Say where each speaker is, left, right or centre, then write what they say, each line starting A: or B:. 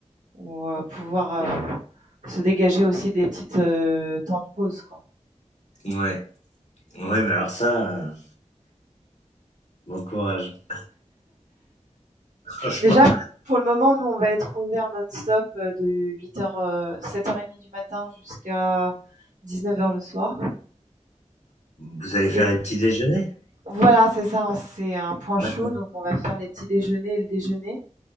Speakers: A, on the right; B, on the left.
A: ou euh, pouvoir euh, se dégager aussi des petites euh, temps de pause, quoi.
B: Ouais. Ouais, mais alors ça, euh, bon courage. <laughs> Franchement.
A: Déjà, pour le moment, nous, on va être ouvert non-stop euh, de 8h, 7h30 du matin jusqu'à 19h le soir.
B: Vous allez faire
A: Et
B: les petits déjeuners?
A: voilà, c'est ça, hein, c'est un point chaud,
B: D'accord.
A: donc on va faire les petits déjeuners et le déjeuner.